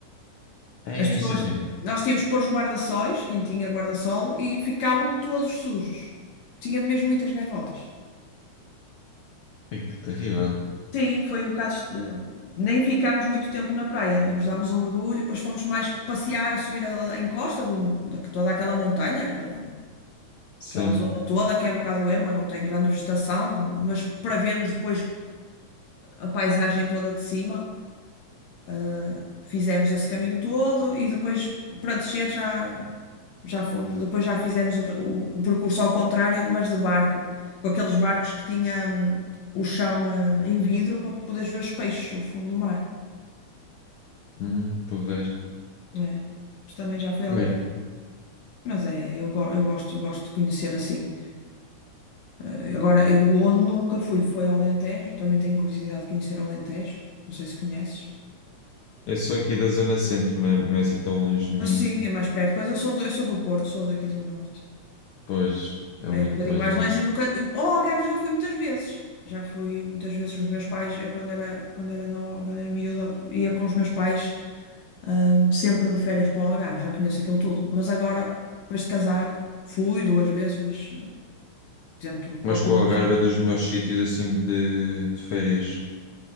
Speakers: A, on the left; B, on the left.
A: Ei,
B: As pessoas,
A: é sério.
B: nós tínhamos que pôr os guarda-sóis, quem tinha guarda-sol, e ficavam todos sujos. Tinha mesmo muitas gaivotas.
A: Ei, que terrível.
B: Sim, foi um bocado. est- Nem ficámos muito tempo na praia. Demos, dámos um mergulho, depois fomos mais passear, a subir a, a encosta de, um- de toda aquela montanha, aquela,
A: Sim.
B: aquela zona toda que é um bocado erma, não tem grande vegetação, mas para vermos depois a paisagem toda de cima, eh, fizemos esse caminho todo e depois para descer já, já fomos. Depois já fizemos o, re- o- o percurso ao contrário, mas de barco, com aqueles barcos que tinha, hum, o chão, eh, em vidro para poderes ver os peixes, o fundo do mar.
A: Hum, porreiro.
B: É. Mas também já foi algum.
A: Bem,
B: Mas é, eu, go- eu gosto, gosto de conhecer assim. Eh, Agora, eu, onde nunca fui foi ao Alentejo, também tenho curiosidade de conhecer o Alentejo. Não sei se conheces.
A: eu sou aqui da zona centro, não é, não é assim tão longe de mim.
B: Assim, é mais perto. Pois eu sou do, eu sou do Porto, sou daqui do Norte.
A: Pois, é
B: É
A: muito,
B: um bocadinho
A: mas
B: mais longe,
A: não é.
B: nunca. Ao Algarve já fui muitas vezes. Já fui muitas vezes com os meus pais. Eu quando era, quando era, no, quando era miúda, ia com os meus pais, hum, sempre de férias para o Algarve, já conheço aquilo tudo. Mas agora, depois de casar, fui duas vezes, mas. eh, Tento,
A: Mas
B: procuro
A: que o Algarve
B: um sítios.
A: é dos melhores sítios assim de, de férias.